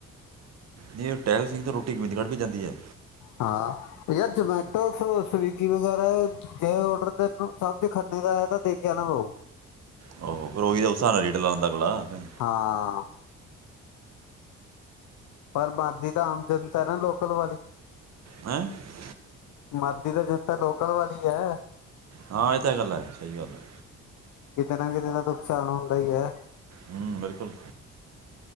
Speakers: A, on the right (about 60°); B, on the left (about 85°).
A: ਨਹੀਂ ਟਹਿਲ ਸਿੰਘ ਤੋਂ ਰੋਟੀ ਗੋਬਿੰਦਗੜ੍ਹ ਵੀ ਜਾਂਦੀ ਹੈ
B: ਹਾਂ ਯਾਰ ਜਮੈਟੋ ਸ ਸਵਿਗੀ ਵਗੈਰਾ ਜ ਔਡਰ ਦੇ ਸਭ ਜੇ ਖੰਨੇ ਦਾ ਆ ਤਾਂ ਦੇਕੇ ਆਨਾ ਪਊ
A: ਉਹ ਫਿਰ ਉਹੀ ਦਾ ਉਸ ਹਿਸਾਬ ਨਾਲ ਰੇਟ ਲਾਉਂਦਾ ਅਗਲਾ ਹੈਂ
B: ਹਾਂ ਪਰ ਮਰਦੀ ਤਾਂ ਆਮ ਜਨਤਾ ਨਾ ਲੋਕਲ ਵਾਲੀ
A: ਹਾਂ
B: ਮਰਦੀ ਤਾ ਜਨਤਾ ਲੋਕਲ ਵਾਲੀ ਐ
A: ਹਾਂ ਇਹ ਤਾਂ ਗੱਲ ਹੈ ਸਹੀ ਗੱਲ ਹੈ
B: ਕਿਤੇ ਨਾ ਕਿਤੇ ਤਾ ਨੁਕਸਾਨ ਹੁੰਦਾ ਹੀ ਹੈ
A: ਹ ਬਿਲਕੁਲ